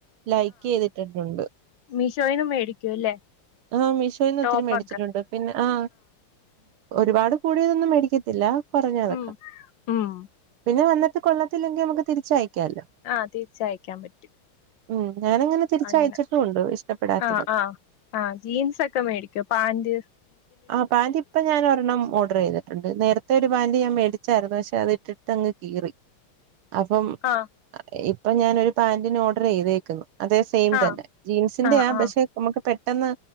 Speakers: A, on the right; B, on the left.
A: ലൈക്ക് ചെയ്തിട്ടിട്ടുണ്ട്
B: മീഷോയിന്നും മേടിക്കൂ അല്ലേ
A: ആഹ് മീഷോയിന്ന് ഒത്തിരി
B: ടോപ്പൊക്കെ
A: മേടിച്ചിട്ടുണ്ട് പിന്നെ ആഹ് ഒരുപാട് കൂടിയതൊന്നും മേടിക്കത്തില്ല കുറഞ്ഞതൊക്കെ
B: ഉം ഉം
A: പിന്നെ വന്നിട്ട് കൊള്ളത്തില്ലെങ്കിൽ നമ്മുക്ക് തിരിച്ചയക്കാമല്ലോ
B: ആഹ് തിരിച്ചയക്കാൻ പറ്റും
A: ഉം ഞാനങ്ങനെ തിരിച്ചയച്ചിട്ടും
B: അങ്ങനെ
A: ഉണ്ട് ഇഷ്ടപ്പെടാത്തതൊക്കെ
B: ആഹ് ആഹ് ആഹ് ജീൻസ് ഒക്കെ മേടിക്കു പാന്റ്
A: ആഹ് പാന്റ് ഇപ്പൊ ഞാൻ ഒരെണ്ണം ഓർഡർ ചെയ്ത് ണ്ട് നേരത്തെ ഒരു പാന്റ് ഞാൻ മേടിച്ചായിരുന്നു പക്ഷെ അത് ഇട്ടിട്ട് അങ്ങ് കീറി അപ്പം
B: ആഹ്
A: ഇപ്പൊ ഞാനൊരു പാന്റിന് ഓർഡർ ചെയ്തേക്കുന്നു അതേ സെയിം
B: ആഹ്
A: തന്നെ ജീൻസിന്റെ
B: ആഹ്
A: ആ
B: ആഹ്
A: പക്ഷെ നമ്മുക്ക് പെട്ടെന്ന്